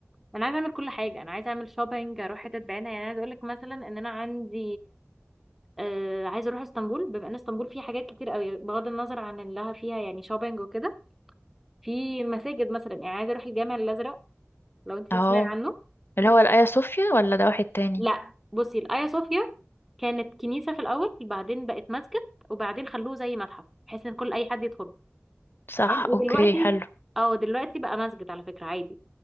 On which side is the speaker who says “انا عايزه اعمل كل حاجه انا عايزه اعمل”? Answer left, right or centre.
Centre